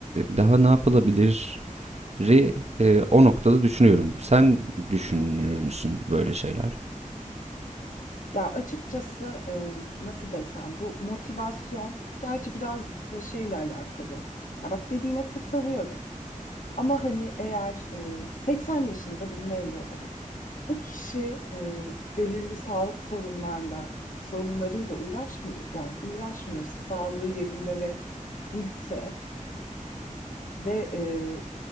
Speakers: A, on the right; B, on the left.
A: daha ne yapılabilir? eee, o noktada düşünüyorum. Sen düşünür müsün böyle şeyler?
B: Ya açıkçası e, nasıl desem bu motivasyon gerçi biraz da şeyle alakalı. Ya bak dediğine katılıyorum. Ama hani eğer e, 80 yaşında birini ele alalım. Bu kişi e, belirli sağlık sorunlarla sorunlarıyla uğraşmıyor yani uğraşmıyorsa sağlığı yerinde ve dinçse ve e,